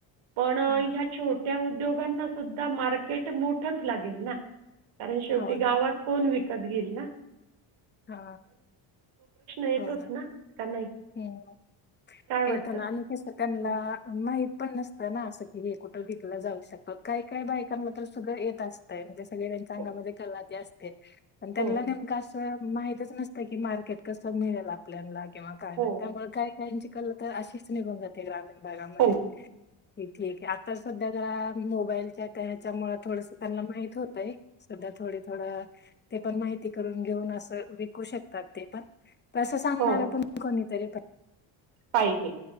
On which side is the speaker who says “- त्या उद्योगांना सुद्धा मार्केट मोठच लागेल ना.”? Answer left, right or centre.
Right